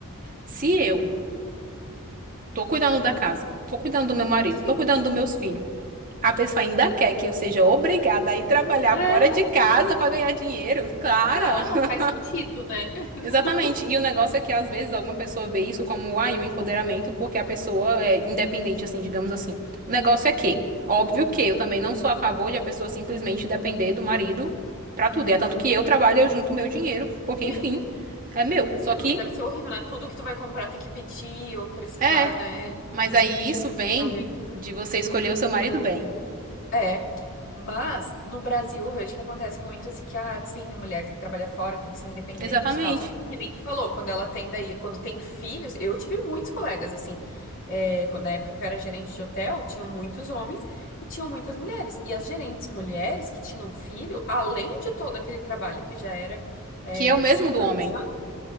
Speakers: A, on the right; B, on the left.
A: se eu tô cuidando da casa, tô cuidando do meu marido,
B: sim.
A: tô cuidando dos meus filhos. A pessoa ainda quer que eu seja obrigada a ir trabalhar
B: É,
A: fora de casa para ganhar dinheiro, cara.
B: não,
A: <laughs>
B: não faz sentido, né? <laughs> Não.
A: Exatamente. E o negócio é que às vezes alguma pessoa vê isso como ai, um empoderamento porque a pessoa é independente, assim, digamos assim. O negócio é que, óbvio que eu também não sou a favor de a pessoa simplesmente depender do marido pra tudo. E é tanto que eu trabalho, e eu junto meu dinheiro, porque enfim,
B: Sim.
A: é meu.
B: Sim,
A: Só que
B: porque deve ser horrível, né? Tudo que tu vai comprar tem que pedir ou precisar,
A: é,
B: né?
A: mas
B: Hum,
A: aí
B: Tipo,
A: isso vem
B: pra alguém.
A: de você escolher o seu marido bem.
B: É, mas no Brasil eu vejo que acontece muito assim que, ah, sim, a mulher tem que trabalhar fora, tem que ser independente
A: Exatamente.
B: e tal. Só que que nem tu falou, quando ela tem daí, quando tem filhos, eu tive muitos colegas assim, é, quando- na época que eu era gerente de hotel, tinham muitos homens e tinham muitas mulheres. E as gerentes mulheres que tinham filho, além de todo aquele trabalho que já era, é,
A: Que é o mesmo
B: super
A: do homem.
B: puxado